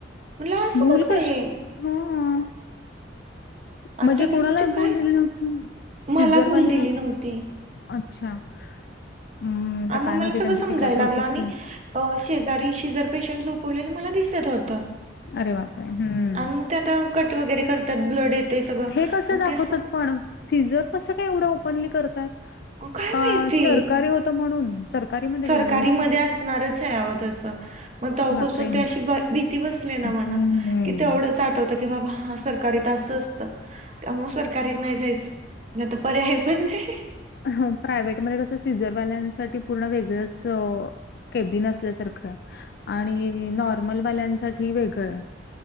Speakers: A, on the right; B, on the left.
A: म्हणलं असं
B: भूल
A: कसं
B: कशा
A: हे
B: ला हां
A: आणि
B: म्हणजे
A: त्यांनी
B: कोणाला भुल
A: काहीच
B: दिलेले नव्हत सीजरवालेला
A: मला भूल दिली
B: का
A: नव्हती
B: अच्छा हम्म. तर
A: अन् मग
B: काय
A: मला
B: माहिती
A: सगळं
B: त्यांची
A: समजायला
B: ती काय प्रोसेस
A: लागल आणि अ शेजारी शेजारी पेशंट झोपवलेले मला दिसत होत आणि
B: अरे बापरे! हम्म.
A: मग ते आता कट वगैरे त्यात ब्लड येते सगळं
B: हे कसं
A: मग
B: दाखवतात
A: ते अस
B: पण? सीझर कसं काय एवढं ओपनली करतात.
A: अहो काय
B: का
A: माहिती
B: सरकारी होतं म्हणून?
A: <inaudible>
B: सरकारीमध्ये
A: सरकारी
B: गेलेले?
A: मध्ये असणारच ये आओ तसं. मग तव्हापासून
B: बापरे!
A: ती अशी भीती बसले ना
B: हम्म.
A: मनात की तेवढच आठवतं की बाबा हा सरकारीत असं असत त्यामुळे सरकारीत नाही जायचं! नाही तर पर्याय आहे पण नाही.
B: ह प्रायव्हेटमध्ये कसं सीझरवाल्यांसाठी पूर्ण वेगळंच अ केबिन असल्यासारखं आहे. आणि नॉर्मल वाल्यांसाठी वेगळं ये.